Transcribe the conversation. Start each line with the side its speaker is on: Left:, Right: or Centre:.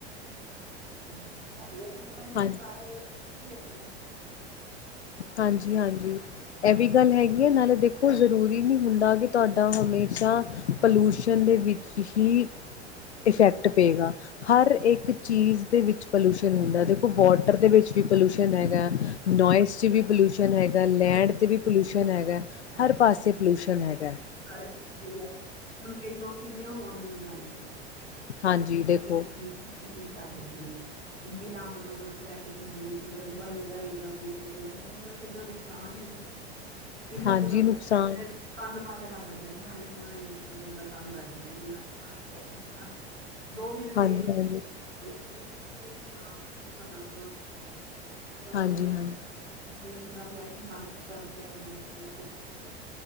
Right: <unintelligible> <unintelligible> ਪਤਾ ਕੀ
Left: ਹਾਂਜੀ
Right: ਆ ਸਾਰੇ ਕੋਈ ਹੋਨਿਆ
Left: ਹਾਂਜੀ- ਹਾਂਜੀ ਇਹ ਵੀ ਗੱਲ ਹੈਗੀ ਹੈ ਨਾਲੇ ਦੇਖੋ ਜ਼ਰੂਰੀ ਨਹੀਂ ਹੁੰਦਾ ਕਿ ਤੁਹਾਡਾ ਹਮੇਸ਼ਾ ਪਲੂਸ਼ਨ ਦੇ ਵਿੱਚ ਹੀ ਇਫੈਕਟ ਪਏਗਾ। ਹਰ
Right: ਹਾਂਜੀ
Left: ਇੱਕ ਚੀਜ਼ ਦੇ ਵਿੱਚ ਪੋਲੁਸ਼ਨ ਹੁੰਦਾ ਦੇਖੋ ਵਾਟਰ ਦੇ ਵਿੱਚ ਵੀ ਪੋਲੂਸ਼ਨ ਹੈਗਾ ਨੋਇਸ ਚੀ ਵੀ ਪੋਲੂਸ਼ਨ ਹੈਗਾ, ਲੈਂਡ
Right: ਹਾਂਜੀ
Left: ਤੇ ਵੀ ਪੋਲਿਊਸ਼ਨ ਸ਼ਨ ਹੈਗਾ
Right: ਹਾਂਜੀ
Left: ਹਰ ਪਾਸੇ
Right: ਪਤਾ
Left: ਪੋਲਿਊਸ਼ਨ ਹੈਗਾ।
Right: ਹੈ, ਸਾਰੇ ਪਾਸੇ ਹੀ ਹੈ। ਹੁਣ ਕਈ ਲੋਕ ਕਿੰਨੇ ਹੋਰੰਨ ਵਜਾਂਦੇ ਨੇ।
Left: ਹਾਂਜੀ ਦੇਖੋ
Right: ਹ ਹਮ <unintelligible> ਚ ਜਾਂਦੇ ਨੇ ਬਿਨਾਂ ਮਤਲਬ ਟ੍ਰੈਫਿਕ ਹੁੰਦੀ ਜਿੱਥੇ ਵਲ ਜਾਈ ਜਾਂਦੇ ਨੇ ਕਿੰਨਾ ਨੁਕਸਾਨ ਹੀ ਹੈ ਕਿੰਨਾ
Left: ਹਾਂਜੀ
Right: ਕਿਵੇਂ
Left: ਨੁਕਸਾਨ
Right: ਕੰਨ ਬੰਦ ਕਰ ਲੈਂਦੇ ਆ ਹ ਏਨਾ ਬੰਦਾ ਤੰਗ ਆ ਜਾਂਦਾ ਕਿ ਹਾਂਜੀ ਬਸ ਕਰੋ ਦੋ ਮਿੰਟ
Left: ਹਾਂਜੀ
Right: ਲੇਟ ਹੋ
Left: ਹਾਂਜੀ
Right: ਜਾਂ ਗੇ ਕੋਈ ਨਹੀ ਏਹ ਹਾਂ <inaudible> ਬਹੁਤ
Left: ਹਾਂਜੀ
Right: ਹੀ
Left: ਹਾਂਜੀ
Right: ਮੈਨ ਉਹਦਾ ਵੈਸੇ ਹੀ ਮਨ ਕਰ ਪਿਆ ਵੈਸੇ